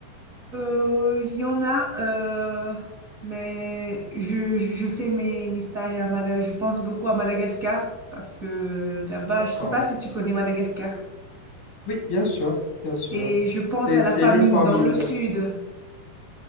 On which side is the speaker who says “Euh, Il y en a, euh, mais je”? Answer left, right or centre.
Right